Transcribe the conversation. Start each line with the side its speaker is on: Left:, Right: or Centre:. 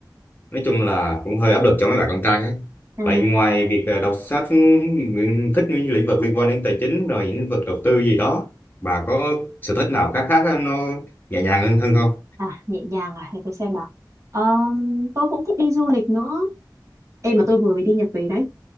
Left: nói chung là cũng hơi áp lực cho mấy bạn con trai ấy.
Right: à,
Left: Vậy ngoài việc ờ, đọc sách Nguyễn thích những lĩnh vực liên quan đến tài chính rồi những lĩnh vực đầu tư gì đó bà có sở thích nào khác khác nó nhẹ nhàng hơn hơn không
Right: à nhẹ nhàng à để tôi xem nào Ờm, tôi cũng thích đi du lịch nữa em mà tôi vừa mới đi Nhật về đấy